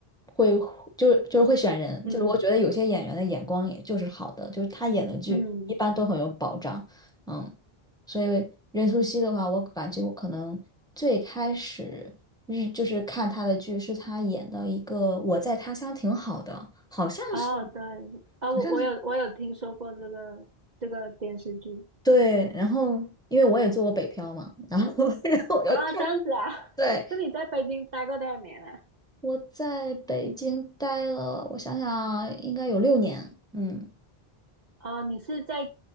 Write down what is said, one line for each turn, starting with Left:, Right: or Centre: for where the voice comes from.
Centre: 会，就就是会选人，
Right: 嗯
Centre: 就是我觉得有些演员的眼光也就是好的，就是他演的剧一般都很有保障，
Right: 嗯，
Centre: 嗯，所以任素汐的话，我感觉我可能最开始日就是看她的剧是她演的一个《我在他乡挺好的》，好像是，
Right: 哦对，啊、
Centre: 好像是
Right: 我我有我有听说过这个这个电视剧
Centre: 对，然后因为我也做过北漂嘛，然后 <laughs> 然后我就看。
Right: 啊，这样子啊。<laughs>
Centre: 对，
Right: 那你在北京待过多少年啊？
Centre: 我在北京待了，我想想，应该有六年。嗯，
Right: 哦，你是在